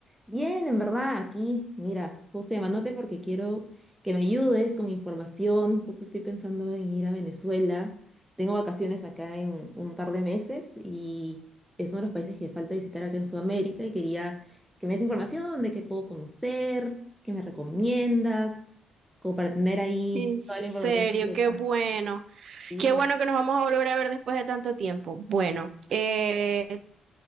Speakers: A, in the centre; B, on the right.
A: Bien, en verdad, aquí. Mira, justo llamándote porque quiero que me ayudes con información. Justo estoy pensando en ir a Venezuela. Tengo vacaciones acá en un par de meses y es uno de los países que falta visitar acá en Sudamérica y quería que me des información de qué puedo conocer, qué me recomiendas, como para tener ahí
B: En serio,
A: toda la información completa.
B: qué bueno.
A: Sí.
B: Qué bueno que nos vamos a volver a ver después de tanto tiempo. Bueno,
A: sí.
B: eh,